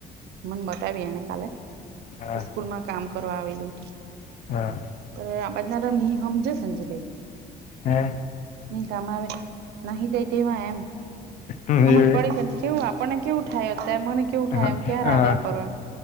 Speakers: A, on the right; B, on the left.
A: મને બતાવી એને કાલે
B: હા.
A: સ્કૂલમાં કામ કરવા આવેલ ઉઠી
B: હા.
A: પણ આ બાજના નય હમજે સંજયભાઈ.
B: હે
A: નહી કામ આવે નહી જાય તેવા એમ.
B: હમ,
A: હમજ
B: એ
A: પડી કેને કેવું આપણને કેવું થાય અત્યારે મને કેવું થાય
B: હા
A: એમ ક્યારે
B: હા
A: આવ્યા કરો એમ.